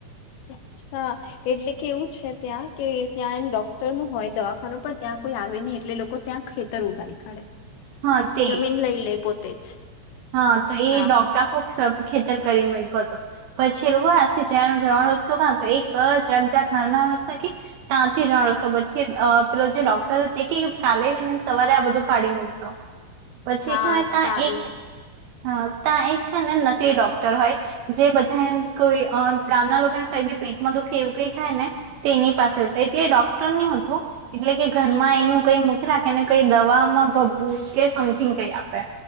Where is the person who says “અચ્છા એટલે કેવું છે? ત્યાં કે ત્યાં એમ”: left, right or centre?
Left